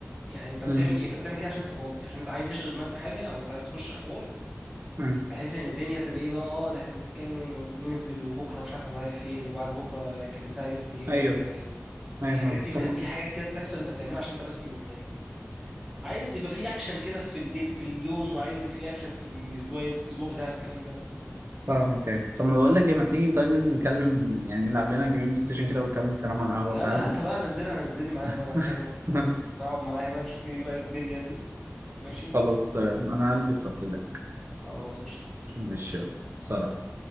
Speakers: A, in the centre; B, on the right (about 55°).
A: يعني انت بتعمل
B: مم.
A: ايه انت بتعمل كده عشان انت فاضي عشان انت عايز تشغل دماغك بحاجه او انت عايز تخش حوار
B: مم.
A: بحيث ان الدنيا تبقى ايه بقى اه ده احنا بنتكلم وبننزل وبكره مش عارف انا رايح فين وبعد بكره انا كلمتها قالت لي ايه وانا
B: أيوه
A: قلت لها ايه
B: أيوه
A: الحاجات
B: فاهم
A: دي بح...
B: طب
A: في حاجات كده بتحصل انت بتعملها عشان انت بس م- يعني عايز يبقى في اكشن كده في الديل في اليوم وعايز يبقى في اكشن في الاسبوع الاسبوع بتاعك والكلام ده
B: فاهمك أيوه طب ما بقول لك إيه ما تيجي طيب ننزل نتكلم يعني نلعب لنا جيمين بلاي ستيشن كده ونكمل كلام على القهوة
A: لا
B: فاهم
A: لا هاتها بقى نزلها نزلني معاكم
B: <laughs>
A: بقى انا هتفاهم أنا في الحوار ده نقعد معايا بقى نشوف ايه بقى الدنيا دي ماشي
B: خلاص تمام أنا هلبس وأكلمك
A: خلاص قشطة
B: ماشي يلا. سلام